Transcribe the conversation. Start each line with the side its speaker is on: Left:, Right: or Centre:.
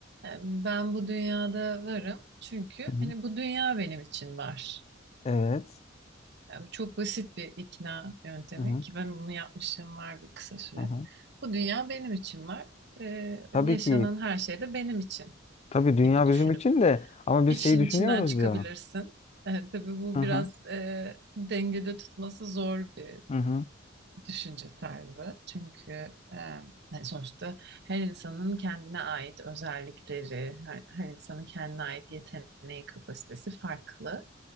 Right: E, Ben bu dünyada varım çünkü
Left: Hı hı.
Right: hani bu dünya benim için var.
Left: Evet.
Right: E, Bu çok basit bir ikna yöntemi
Left: Hı hı.
Right: ki ben bunu yapmışım var bir kısa süre.
Left: Hı hı.
Right: Bu dünya benim için var. E,
Left: Tabii
Right: yaşanan
Left: ki.
Right: her şey de benim için
Left: Tabii dünya
Right: gibi düşünüp
Left: bizim için de ama biz
Right: işin
Left: şeyi düşünüyoruz
Right: içinden çıkabilirsin.
Left: ya.
Right: E, tabii bu
Left: Hı hı.
Right: biraz e, dengede tutması zor bir
Left: Hı hı.
Right: düşünce tarzı. Çünkü e, yani sonuçta her insanın kendine ait özellikleri, her, her insanın kendine ait yeteneği, kapasitesi farklı.